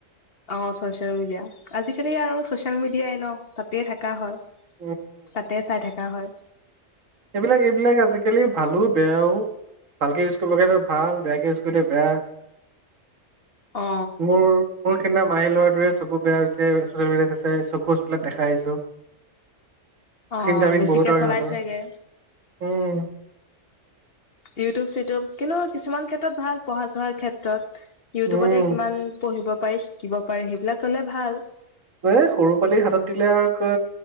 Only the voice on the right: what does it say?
উম
সেইবিলাক এইবিলাক আজি-কালি ভালো, বেয়াও। ভালকে ইউজ কৰিব কাৰণে ভাল, বেয়াকে ইউজ কৰিলে বেয়া।
মোৰ মোৰ সিদিনা মাহী ল'ৰাটোৱে চকু বেয়া হৈছে, চ'চিয়েল মিডিয়াত আছে। চকু হস্পিটেলত দেখাই আহিছো। <inaudible>
টাইমিং
বহুত আৰু
সিহঁতৰ উম
উম
এ সৰু পোৱালিৰ হাতত দিলে আৰু ক